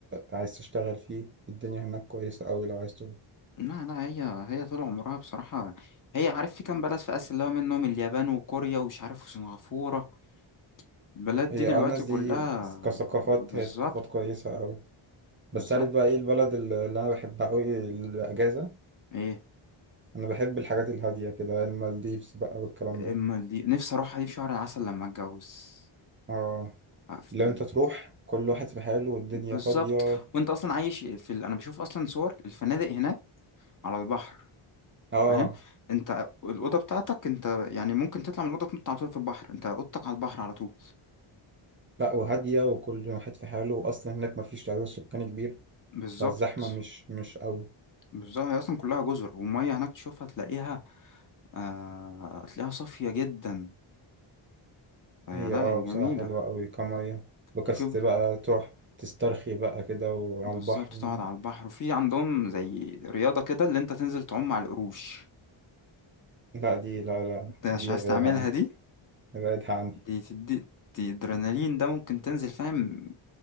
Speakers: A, on the right; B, on the left.
A: عايز تشتغل فيه الدنيا هناك كويسة أوي لو عايز تروح
B: لا لا هي هي طول عمرها بصراحة هي عارف في كام بلد في آسيا اللي هو منهم اليابان وكوريا ومش عارف وسنغافورة البلد
A: هي
B: دي دلوقتي
A: اه الناس
B: كلها
A: دي كثقافات
B: بالظبط
A: هي ثقافات كويسة أوي
B: بالظبط
A: بس عارف بقى ايه البلد اللي اللي أنا بحبها أوي الأجازة
B: ايه
A: أنا بحب الحاجات الهادية كده المالديفز بقى والكلام
B: اما
A: ده
B: دي نفسي اروحها دي في شهر العسل لما اتجوز
A: اه
B: ع- في-
A: لو انت تروح كل واحد في حاله والدنيا
B: بالظبط
A: فاضية
B: وانت اصلا عايش في ال... انا بشوف اصلا صور الفنادق هناك على البحر
A: اه
B: فاهم انت الاوضه بتاعتك انت يعني ممكن تطلع من الاوضه تنط على طول في البحر انت اوضتك على البحر على طول
A: لا وهادية وكل واحد في حاله وأصلا هناك مفيش تعداد سكاني كبير
B: بالظبط
A: فالزحمة مش مش قوي
B: بالظبط هي اصلا كلها جزر والميه هناك تشوفها تلاقيها آه تلاقيها صافيه جدا فهي
A: هي
B: لا
A: اه
B: هي
A: بصراحة
B: جميله
A: حلوة قوي كمية بكست
B: وفي ب-
A: بقى تروح تسترخي بقى كده وعلى
B: بالظبط
A: البحر
B: تقعد على البحر وفي عندهم زي رياضه كده اللي انت تنزل تعوم على القروش
A: لا دي لا لا
B: انت مش
A: دي
B: عايز
A: ابعدها
B: تعملها
A: عني
B: دي
A: ابعدها عني
B: دي تدي دي ادرينالين ده ممكن تنزل فاهم